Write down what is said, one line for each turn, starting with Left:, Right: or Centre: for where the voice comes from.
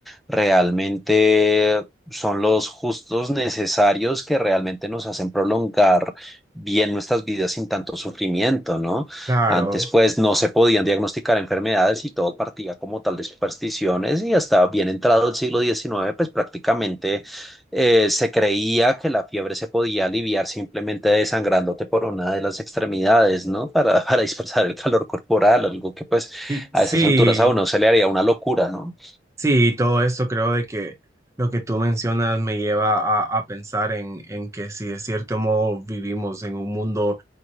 Centre: realmente son los justos necesarios que realmente nos hacen prolongar bien nuestras vidas sin tanto sufrimiento, ¿no?
Right: Claro,
Centre: Antes pues no se podían diagnosticar enfermedades y todo partía como tal de supersticiones y hasta bien entrado el siglo XIX pues prácticamente eh, se creía que la fiebre se podía aliviar simplemente desangrándote por una de las extremidades, ¿no? Para, <laughs> para dispersar el calor corporal, algo que pues
Right: sí,
Centre: a
Right: sí,
Centre: esas alturas a uno se le haría una locura, ¿no?
Right: Sí, todo eso creo de que lo que tú mencionas me lleva a, a pensar en, en que si de cierto modo vivimos en un mundo